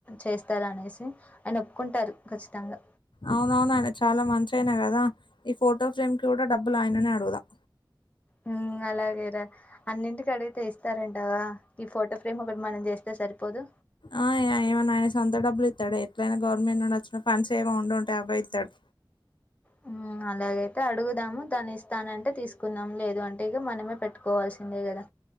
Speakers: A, on the left (about 15°); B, on the left (about 70°).
A: చేస్తారు అనేసి ఆయన ఒప్పుకుంటారు ఖచ్చితంగా
B: అవునవునాయన చాలా మంచి ఆయన కదా ఈ ఫోటో ఫ్రేమ్ కి కూడా డబ్బులు ఆయననే అడుగుదాం
A: హ్మ్ అలాగేరా అన్నింటికి అడిగితే ఇస్తారంటావా ఈ ఫోటో ఫ్రేమ్ ఒకటి మనం చేస్తే సరిపోదు
B: ఆ ఏయ్ ఏమన్నా ఆయన సొంత డబ్బులు ఇత్ ఇస్తడు ఎట్లైనా గవర్నమెంట్ నుండొచ్చినా ఫండ్స్ ఏవో ఉండుంటాయి అవే ఇత్తాడు
A: హ్మ్ అలాగైతే అడుగుదాము తాను ఇస్తానంటే తీసుకుందాం లేదు అంటే ఇక మనమే పెట్టుకోవాల్సిందే కదా